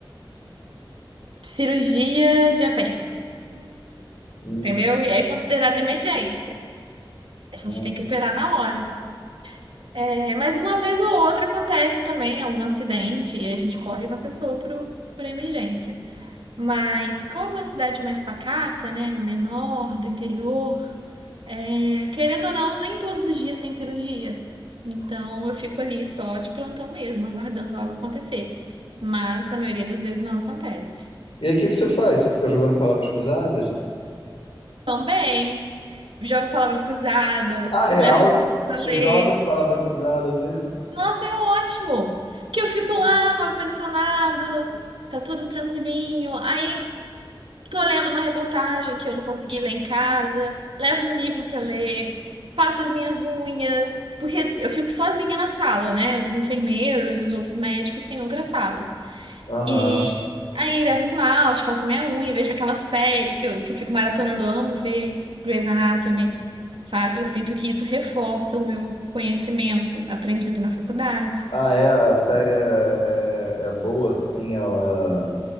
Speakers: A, on the right (about 80°); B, on the left (about 85°).
A: cirurgia de apêndice,
B: Hum,
A: entendeu? E aí é considerada emergência. A gente
B: hum.
A: tem que operar na hora. É, mas uma vez ou outra acontece também algum acidente e a gente corre com a pessoa pro, pra emergência. Mas como é uma cidade mais pacata, né, menor, do interior, É, querendo ou não, nem todos os dias tem cirurgia. Então eu fico ali só de plantão mesmo, aguardando algo acontecer. Mas na maioria das vezes não acontece.
B: E aí o que que você faz? Você fica jogando palavras cruzadas?
A: Também jogo palavras cruzadas,
B: Ah, real?
A: levo um livro para
B: Você
A: ler.
B: joga palavra cruzada mesmo?
A: Nossa, é ótimo! Que eu fico lá no ar-condicionado, tá tudo tranquilinho. Aí Tô lendo uma reportagem que eu não consegui ler em casa, levo um livro pra ler, faço as minhas unhas, porque eu fico sozinha na sala, né? Os enfermeiros e os outros médicos têm outras salas.
B: Aham.
A: E aí levo esmalte, faço a minha unha, vejo aquela série que eu, que eu fico maratonando, eu amo ver Grey's Anatomy, sabe? Eu sinto que isso reforça o meu conhecimento aprendido na faculdade.
B: Ah, é, a série é, é, é boa, assim, ela